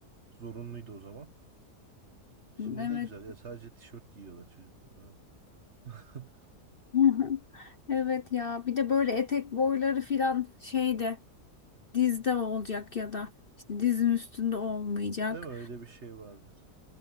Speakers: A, on the right (about 45°); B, on the left (about 40°).
A: Zorunluydu o zaman. Şimdi
B: Evet
A: ne güzel ya sadece tişört giyiyorlar çocuklar. Vallahi. <laughs>
B: <laughs> Evet ya bir de böyle etek boyları filan şeyde dizde olacak ya da işte dizin üstünde olmayacak.
A: Değil mi? Öyle bir şey vardır.